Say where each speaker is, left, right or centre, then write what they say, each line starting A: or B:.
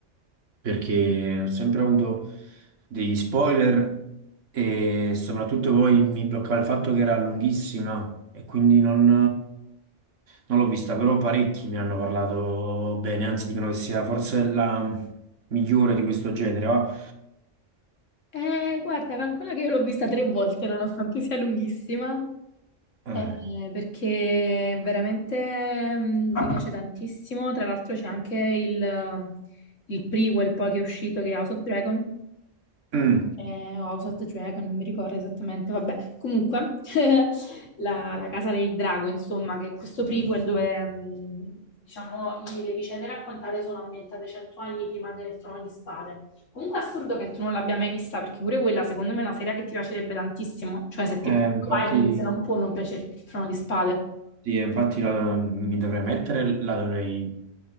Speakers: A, on the right; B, on the left.
A: perché ho sempre avuto degli spoiler e soprattutto poi mi bloccava il fatto che era lunghissima e quindi non, non l'ho vista, però parecchi mi hanno parlato bene, anzi dicono che sia forse la migliore di questo genere, va.
B: Eh, guarda, calcola che io l'ho vista tre volte, nonostante sia lunghissima.
A: Eh.
B: Eh, perché veramente mm, mi piace tantissimo. Tra l'altro c'è anche il, mm, il prequel poi che è uscito che è House of Dragon.
A: Mm.
B: Eh, o House of the Dragon, non mi ricordo esattamente. Vabbè, comunque, <laughs> la, la Casa del Drago, insomma, che è questo prequel dove, mm, diciamo, i- le vicende raccontate sono ambientate cento anni prima del Trono di Spade. Comunque è assurdo che tu non l'abbia mai vista, perché pure quella secondo me è una serie che ti piacerebbe tantissimo. Cioè, se ti
A: Eh,
B: piace
A: infatti,
B: Vikings non può non piacerti il Trono di Spade.
A: sì, eh, infatti la- mi dovrei mettere, la dovrei